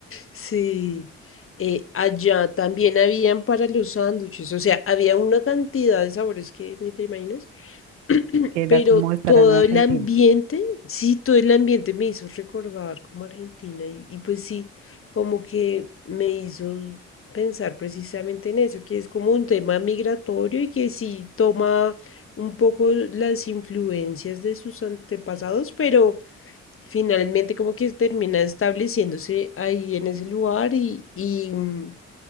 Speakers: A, on the left; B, on the right.
A: Sí. Eh, allá también habían para los sándwiches. O sea, había una cantidad de sabores que ni te imaginas. <clears throat>
B: queda
A: Pero
B: como estará
A: todo
B: en Argentina.
A: el ambiente, sí, todo el ambiente me hizo recordar como Argentina. Y, y pues sí, como que me hizo pensar precisamente en eso, que es como un tema migratorio y que sí toma un poco las influencias de sus antepasados, pero finalmente como que termina estableciéndose ahí en ese lugar y, y, mm,